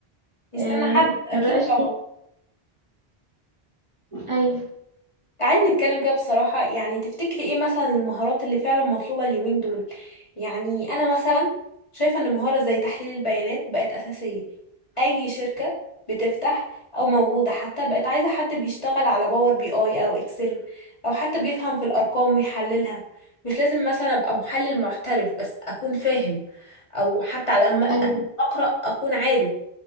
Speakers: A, on the left; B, on the right.
A: يستنى
B: اه،
A: حد اكيد
B: ما بقاش
A: طبعا
B: أيوه
A: تعالي نتكلم كده بصراحة يعني تفتكري ايه مثلا المهارات اللي فعلا مطلوبة اليومين دول يعني انا مثلا شايفة ان مهارة زي تحليل البيانات بقت اساسية اي شركة بتفتح او موجودة حتى بقت عايزة حد بيشتغل على باور بي اي او اكسل او حتى بيفهم في الارقام ويحللها مش لازم مثلا ابقى محلل محترف بس اكون فاهم او حتى على الاقل
B: أيوه
A: اقرأ اكون عارف